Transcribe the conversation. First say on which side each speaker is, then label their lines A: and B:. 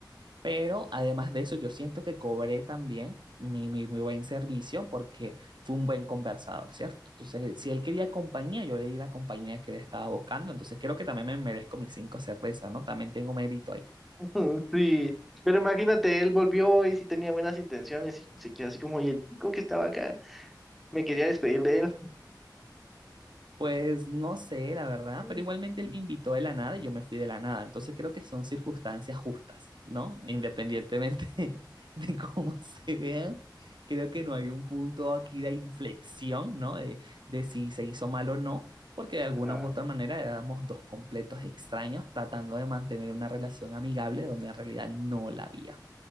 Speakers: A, on the right (about 85°); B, in the centre.
A: Pero además de eso, yo siento que cobré también mi, mi, mi buen servicio porque fue un buen conversador, ¿cierto? Entonces, si él quería compañía, yo le di la compañía que él estaba buscando. Entonces, creo que también me merezco mis cinco cervezas, ¿no? También tengo mérito ahí.
B: <laughs> Mm, Sí, pero imagínate, él volvió y sí tenía buenas intenciones y se quedó así como, y el chico que estaba acá, me quería despedir de él.
A: Pues no sé, la verdad,
B: Mm.
A: pero igualmente él me invitó de la nada y yo me fui de la nada. Entonces creo que son circunstancias justas, ¿no? Independientemente <laughs> de cómo se vean, creo que no hay un punto aquí de inflexión, ¿no? De, de si se hizo mal o no, porque de alguna
B: Ajá,
A: u otra manera éramos dos completos extraños tratando de mantener una relación amigable donde en realidad no la había.